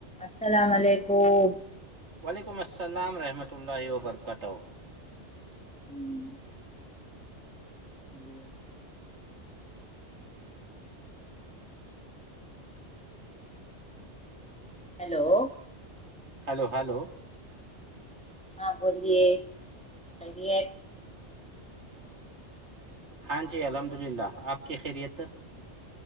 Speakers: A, in the centre; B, on the right.
A: السلام علیکم
B: وعلیکم السلام رحمۃ اللہ وبرکاتہ
A: ہوں جی ہیلو
B: ہلو ہلو
A: ہاں بولیے خیریت
B: ہاں جی الحمد للہ آپ کی خیریت